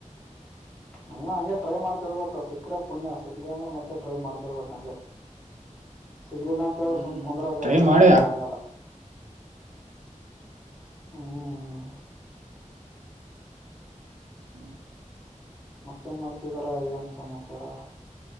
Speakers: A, in the centre; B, on the right (about 70°).
A: <inaudible> ಹ ಹಂಗೆ ಟ್ರೈ ಮಾಡ್ತಿರ್ಬೇಕು ಸಿಕ್ಕರೆ ಪುಣ್ಯ ಸಿಗ್ಲಿ ಅಂದ್ರೆ ಮತ್ತೆ ಟ್ರೈ ಮಾಡ್ತಿರ್ಬೇಕ ಹಂಗೆ. ಸಿಗ್ಲಿಲ್ಲ ಅಂತ ಹೇಳ್ರ
B: ಹ್ಮ್
A: ಸುಮ್ ಕುಂದ್ರದ
B: ಟ್ರೈ ಮಾಡಿ
A: ಆಗಲ್ಲ ಹ್ಮ್್ಮ
B: ಹ್ಮ್
A: ಮತ್ತೇನ್ ಮಾಡ್ತಿದ್ದಾರಾ ಏನ್ ಸಮಾಚಾರ